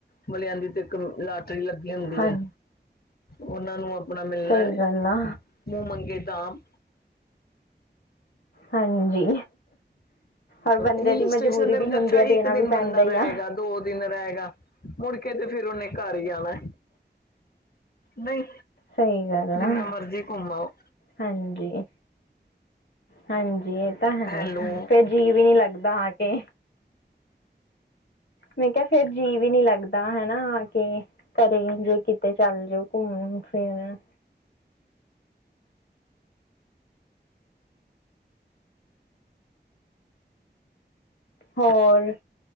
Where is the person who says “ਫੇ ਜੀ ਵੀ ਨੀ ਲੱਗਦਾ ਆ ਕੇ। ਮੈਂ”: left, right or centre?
Left